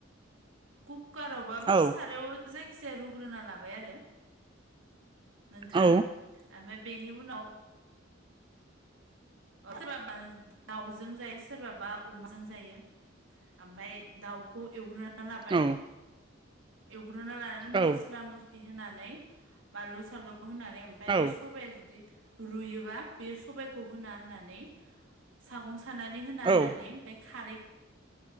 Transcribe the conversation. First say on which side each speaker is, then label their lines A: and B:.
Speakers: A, on the right; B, on the right.
A: कुकारावबाबो
B: औ
A: सारायाव जायखिजाया रुग्रोना लाबाय आरो नोंथां
B: औ
A: ओमफ्राय बेनि उनाव सोरबाबा दाउजों जायो सोरबाबा अमाजों जायो ओमफ्राय दाउखौ एवग्रोनानै लाबाय
B: औ
A: एवग्रोनानै लानानै मस्ला
B: औ
A: मस होनानै बानलु सलु होनानै ओमफ्राय
B: औ
A: बे सबाया जुदि रुयोबा बे सबायखौ होना होनानै सागं सानानै होना होनानै
B: औ
A: ओमफाय खारै